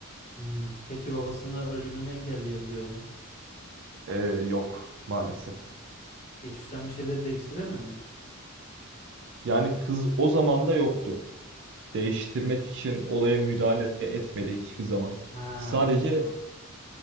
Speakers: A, on the left; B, on the right.
A: Hmm. Peki babasını ölümünü engelleyebiliyor mu?
B: Ee, yok maalesef.
A: Ha. Geçmişten bir şeyleri değiştiremiyor mu?
B: Yani kız o zaman da yoktu. Değiştirmek için olaya müdahale etmedi hiçbir zaman.
A: Ha,
B: Sadece
A: tamam.